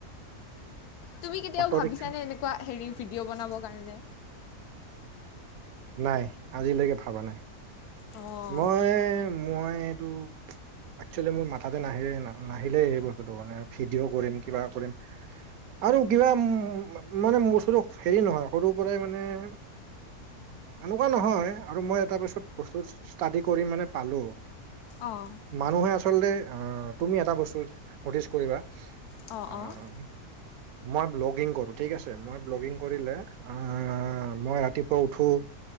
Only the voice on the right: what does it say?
অটো
ৰিক্সা
নাই আজিলৈকে ভাবা নাই।
মই - মই এইটো একচুৱেলি মোৰ মাথাতে নাহিলে নাহিলেই এই বস্তুটো মানে। ভিডিঅ' কৰিম কিবা কৰিম আৰু কিবা মানে বস্তুটো - হেৰি নহয় সৰুৰ পৰাই মানে - এনেকুৱা নহয় আৰু মই এটা পিছত বস্তু ষ্টাডি কৰি মানে পালো -
মানুহে আচলতে আহ তুমি এটা বস্তু নটিচ কৰিবা।
আহ
- মই ব্লগিং কৰো ঠিক আছে মই ব্লগিং কৰিলে - অ মই ৰাতিপুৱা উঠো